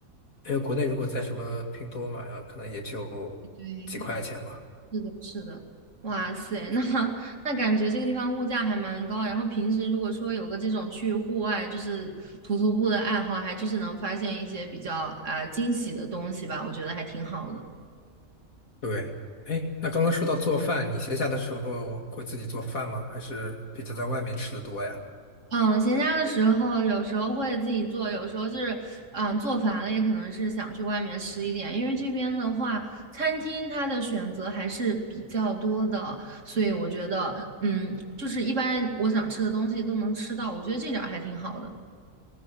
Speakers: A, on the left; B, on the right.
A: 因为国内如果在什么拼多多买啊，可能也就几块钱吧。
B: 对，是的，是的，哇塞，那 <laughs> 那感觉这个地方物价还蛮高啊。然后平时如果说有个这种去户外就是徒徒步的爱好，还就是能发现一些比较啊、呃惊喜的东西吧，我觉得还挺好的。
A: 对，哎，那刚刚说到做饭，你闲暇的时候会自己做饭吗？还是比较在外面吃的多呀？
B: 嗯，闲暇的时候有时候会自己做，有时候就是嗯做烦了，也可能是想去外面吃一点。因为这边的话，餐厅它的选择还是比较多的，所以我觉得嗯，就是一般我想吃的东西都能吃到，我觉得这点儿还挺好的。